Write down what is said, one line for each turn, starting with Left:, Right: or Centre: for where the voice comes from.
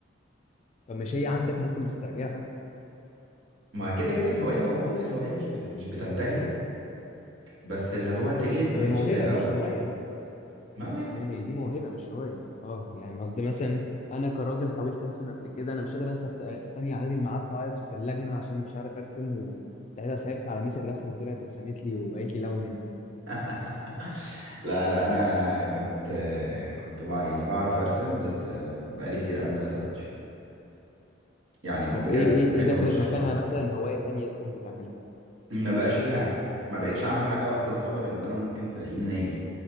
Left: طب مش هي عندك ممكن تسترجعها
Right: ما كده كده الهوايه موجوده الهوايه مش بت... مش بتنتهي بس اللي هو انت ايدك ما
Left: هي
Right: بقتش
Left: موهبه
Right: زي الاول
Left: مش هوايه بقى
Right: موهبه
Left: فاهم هي دي موهبه مش هوايه اه يعني قصدي مثلا انا كراجل حاولت ارسم قبل كده انا مش قادر انسى في في تانية اعدادي لما قعدت اعيط في اللجنه عشان مش عارف ارسم وساعتها صعبت على ميس الرسم وطلعت رسمت لي وقالت لي لون انت
Right: <laughs> لا لا انا كنت كنت بع... يعني بعرف ارسم بس بقالي كتير قوي ما رسمتش يعني بجد
Left: طب ايه ايه
Right: ممكن
Left: ايه دخلت
Right: نخش في
Left: مكانها
Right: سبع سنين
Left: مثلا هوايه تانية تحب تعملها
Right: ما بقاش في حاجه ما بقتش اعمل حاجه وقت الفاضي غير ان انا ممكن تلاقيني نايم